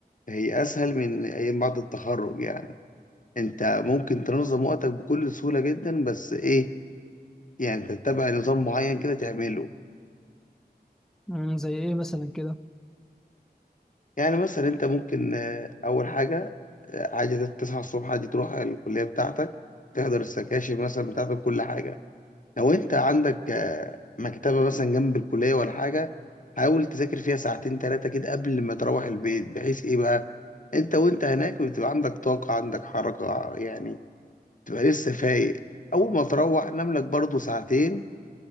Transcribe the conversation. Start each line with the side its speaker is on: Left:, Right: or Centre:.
Left: هي اسهل من ايام بعد التخرج يعني انت ممكن تنظم وقتك بكل سهولة جدا بس ايه يعني انت تتبع نظام معين كده تعمله
Centre: مم، زي ايه مثلا كده
Left: يعني مثلا انت ممكن آه، اول حاجة آه، عادي تصحى الصبح عادي تروح الكلية بتاعتك تحضر السكاشن مثلا بتاعتك كل حاجة لو انت عندك آه، مكتبة مثلا جنب الكلية ولا حاجة حاول تذاكر فيها ساعتين تلاتة كده قبل ما تروح البيت بحيث ايه بقى انت وانت هناك بتبقى عندك طاقة عندك حركة يعني تبقى لسه فايق اول ما تروح نام لك برضو ساعتين